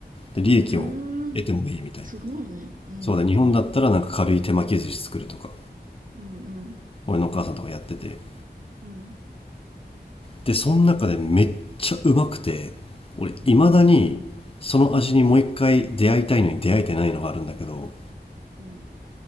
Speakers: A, on the left; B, on the right.
A: で利益を得てもいいみたいな
B: うーん。すごいね。うん、
A: そうだ日本だったらなんか軽い手巻き寿司作るとか
B: うん、うん、
A: 俺のお母さんとかやってて
B: うん、
A: でその中でめっちゃうまくて俺いまだにその味にもう一回出会いたいのに出会えてないのがあるんだけど
B: うん、うん、